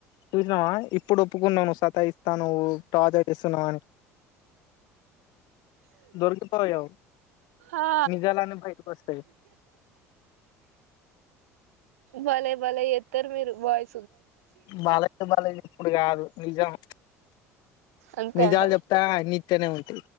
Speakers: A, on the left; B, on the right.
A: చూసినావ ఇప్పుడు ఒప్పుకున్నావు నువ్ సతా ఇస్తా నువ్వు టార్చర్ చేస్తున్నావు అని దొరికిపోయావు
B: ఆ
A: నిజాలన్నీ బయటకు వస్తాయ్
B: భలే భలే చెత్తారు మీరు బాయ్
A: బల బలే ఇప్పుడు కాదు నిజం
B: అంతే
A: నిజాలు
B: అంట
A: చెప్తే <unintelligible>